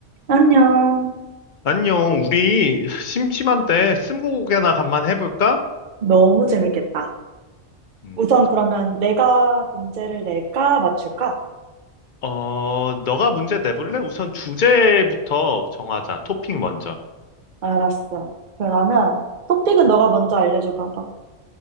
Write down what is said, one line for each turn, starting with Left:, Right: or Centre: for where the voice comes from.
Right: 안녕.
Left: 안녕, 우리 심심한데 스무고개나 간만에 해볼까?
Right: 너무 재밌겠다.
Left: 음,
Right: 우선 그러면 내가 문제를 낼까, 맞출까?
Left: 어, 너가 문제 내볼래? 우선 주제부터 정하자. 토핑 먼저.
Right: 알았어. 그러면 토픽은 너가 먼저 알려줘 봐봐.